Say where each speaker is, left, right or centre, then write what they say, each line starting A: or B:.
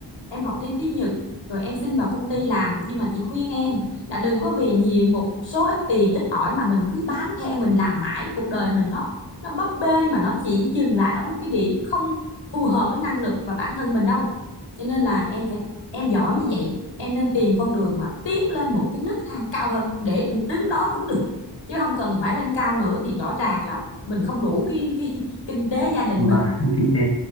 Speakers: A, on the left; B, on the left.
A: em học thêm tiếng Nhật rồi em xin vào công ty làm nhưng mà chị khuyên em là đừng có vì nhiều một số ít tiền ít ỏi mà mình cứ bám theo mình làm mãi cuộc đời mình nó nó bấp bênh mà nó chỉ dừng lại ở một cái điểm không phù hợp với năng lực và bản thân mình đâu cho nên là em phải em giỏi như vậy em nên tìm con đường mà tiến lên một cái nấc thang cao hơn để đứng đó cũng được chứ không cần phải lên cao nữa thì rõ ràng là mình không đủ cái cái kinh tế gia đình
B: và
A: mình
B: <laughs> kinh tế.